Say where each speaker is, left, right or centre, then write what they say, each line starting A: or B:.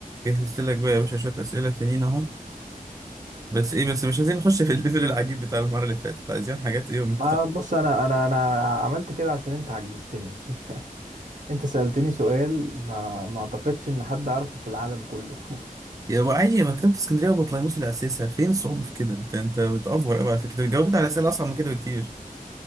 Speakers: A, on the right; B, on the right.
A: جهزت لك بقى يا باشا شوية أسئلة تانيين أهو بس إيه بس مش عايزين نخش في الليفل العجيب بتاع المرة اللي فاتت عايزين حاجات إيه محترمة
B: ما بص انا انا انا عملت كده عشان انت عجزتني <laughs> انت سألتني سؤال ما ما اعتقدش ان حد عارفه في العالم كله <laughs>
A: يا أبو علي مكتبة اسكندرية وبطليموس اللي أسسها فين الصعوبة في كده أنت أنت بتأفور أوي على فكرة جاوبت على أسئلة أصعب من كده بكتير